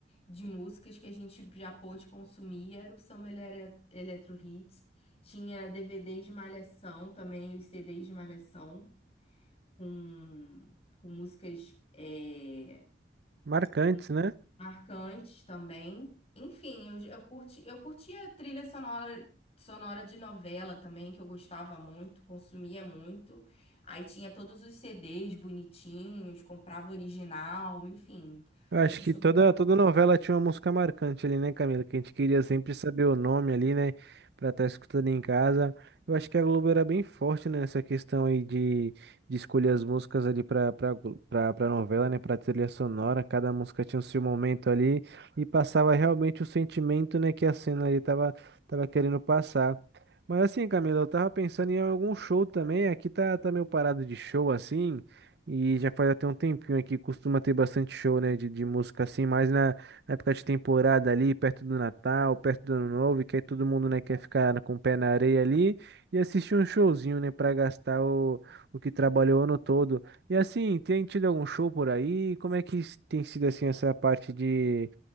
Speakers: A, on the left; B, on the right.
A: de músicas que a gente já pôde consumir, era o Summer Ele- Electro Hits. Tinha DVDs de Malhação também, os CDs de Malhação, com, com músicas, eh,
B: Marcantes,
A: com
B: né?
A: marcantes também. Enfim, eu, eu curti, eu curtia trilha sonora, sonora de novela também, que eu gostava muito, consumia muito. Aí tinha todos os CDs bonitinhos, comprava original, enfim.
B: Eu
A: Não
B: acho
A: costumava
B: que toda,
A: comprar.
B: toda novela tinha uma música marcante ali, né, Camila? Que a gente queria sempre saber o nome ali, né? Pra estar escutando em casa. Eu acho que a Globo era bem forte, né, nessa questão aí de, de escolher as músicas ali pra, pra, Glo- pra, pra novela, né? Pra trilha sonora. Cada música tinha o seu momento ali e passava realmente o sentimento, né, que a cena ali tava, tava querendo passar. Mas assim, Camila, eu tava pensando em algum show também. Aqui tá, tá meio parado de show, assim. E já faz até um tempinho aqui, costuma ter bastante show, né, de, de música assim, mas na, na época de temporada ali, perto do Natal, perto do Ano Novo, e que aí todo mundo, né, quer ficar com o pé na areia ali e assistir um showzinho, né, pra gastar o, o que trabalhou o ano todo. E assim, tem tido algum show por aí? Como é que s- tem sido, assim, essa parte de,